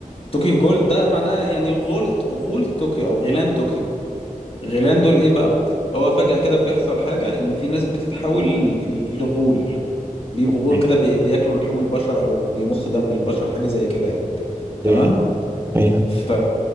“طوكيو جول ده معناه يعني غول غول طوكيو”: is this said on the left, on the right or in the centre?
Left